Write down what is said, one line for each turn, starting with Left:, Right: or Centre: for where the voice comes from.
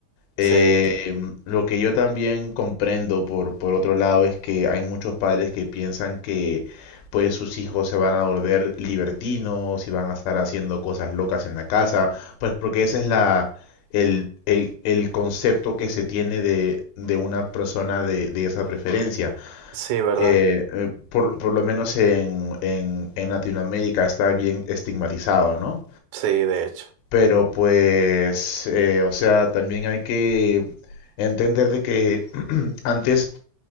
Left: Eh,
Right: sí,
Left: lo que yo también comprendo por, por otro lado es que hay muchos padres que piensan que pues sus hijos se van a volver libertinos y van a estar haciendo cosas locas en la casa, pues porque ese es la, el, el, el concepto que se tiene de, de una persona de, de esa preferencia.
Right: sí, ¿verdad?
Left: Eh, eh, por, por lo menos en, en, en Latinoamérica está bien estigmatizado, ¿no?
Right: Sí, de hecho.
Left: Pero pues, eh, o sea, también hay que entender de que <clears throat> antes